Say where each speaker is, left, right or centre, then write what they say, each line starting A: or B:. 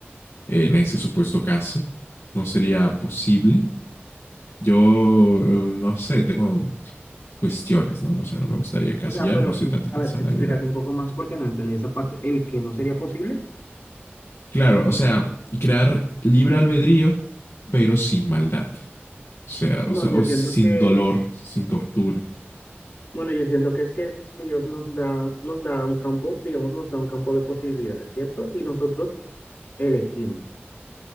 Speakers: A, on the left (about 85°); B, on the left (about 60°).
A: En ese supuesto caso, no sería posible Yo, eh, no sé, tengo cuestiones, ¿no? No sé, no me gustaría encasillar,
B: O sea, pero,
A: no soy tanta persona
B: a ver, explícate
A: de edad.
B: un poco más porque no entendí esa parte. ¿El que no sería posible?
A: Claro, o sea, crear libre albedrío, pero sin maldad. O sea,
B: No,
A: o, sea, o
B: yo siento
A: sin
B: que
A: dolor,
B: es
A: sin tortura.
B: Bueno, yo siento que es que Dios nos da, nos da un campo, digamos, nos da un campo de posibilidades, ¿cierto? Y nosotros elegimos.